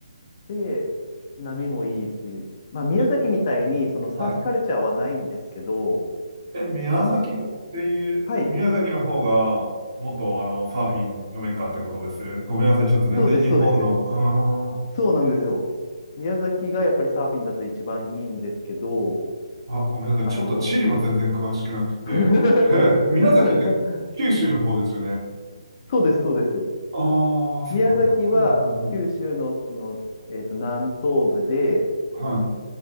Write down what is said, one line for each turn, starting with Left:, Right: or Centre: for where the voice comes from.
Left: で、波もいいっていう。まあ、
Right: え、
Left: 宮崎みたいに、そのサーフカルチャーはないんですけど、
Right: はい。え、宮崎っていう、
Left: 結構、はい、
Right: 宮崎の方が、元あの、サーフィンのメッカってことです。ごめんなさい、ちょっと全然日本の、
Left: そうです、そうです。
Right: うーん。
Left: そうなんですよ。宮崎がやっぱりサーフィンだと一番いいんですけど、
Right: あ、ごめんなさい。
Left: あの、
Right: ちょっと地理も全然詳しくなくて。
Left: <laughs>
Right: <laughs> 宮崎って九州の方ですよね。
Left: そうです、そうです。
Right: ああ、そうなんだ。
Left: 宮崎は九州のその、
Right: うんうんうん。
Left: えっと、南東部で、
Right: はい。